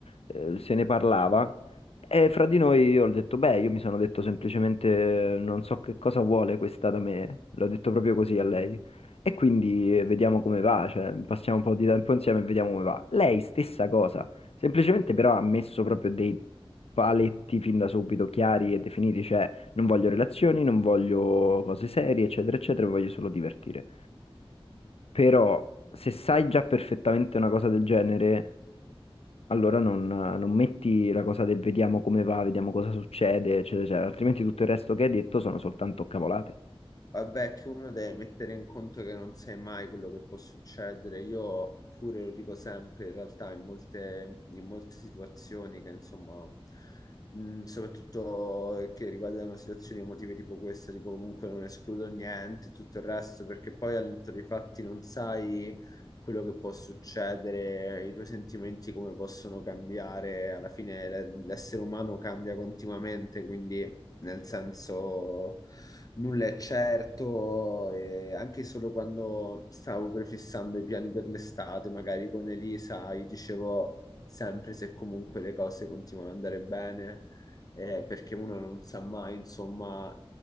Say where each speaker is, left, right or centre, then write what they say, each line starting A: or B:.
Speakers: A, on the left; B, on the left.
A: eh, se ne parlava e fra di noi io ho detto, beh, io mi sono detto semplicemente eh, non so che cosa vuole questa da me, l'ho detto proprio così a lei e quindi eh, vediamo come va, cioè, passiamo un po' di tempo insieme e vediamo come va. Lei stessa cosa, semplicemente però ha messo proprio dei paletti fin da subito chiari e definiti, cioè non voglio relazioni, non voglio cose serie, eccetera, eccetera, mi voglio solo divertire. Però se sai già perfettamente una cosa del genere, allora non, non metti la cosa del vediamo come va, vediamo cosa succede, eccetera, eccetera, altrimenti tutto il resto che hai detto sono soltanto cavolate.
B: Vabbè, che uno deve mettere in conto che non sai mai quello che può succedere. Io pure lo dico sempre, in realtà, in molte, in molte situazioni che, insomma, mh, soprattutto che riguardano situazioni emotive tipo questa, tipo comunque non escludo niente, tutto il resto, perché poi al netto dei fatti non sai quello che può succedere, i tuoi sentimenti come possono cambiare. Alla fine l- l'essere umano cambia continuamente, quindi nel senso nulla è certo, e anche solo quando stavo prefissando i piani per l'estate, magari con Elisa, gli dicevo sempre se comunque le cose continuano ad andare bene, eh, perché uno non sa mai, insomma,